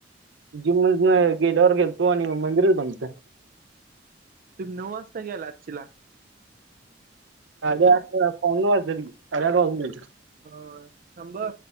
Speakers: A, on the right; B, on the right.
A: जिम मदन गेल्यावर गेलतो आणि मंदिरच बंद हुतं.
B: तुम्ही नऊ वाजता गेला असचीला?
A: साडे आटला पाउणे नऊ वाजलेले कि <unintelligible>
B: हा थांब ह